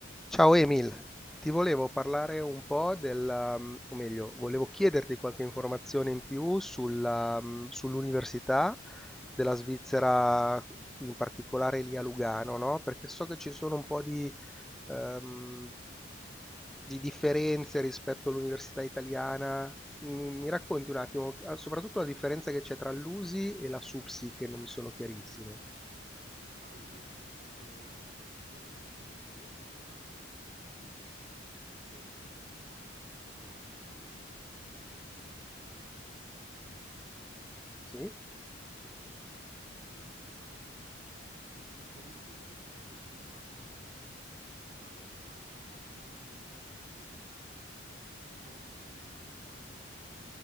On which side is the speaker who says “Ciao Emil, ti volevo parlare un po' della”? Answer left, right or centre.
Centre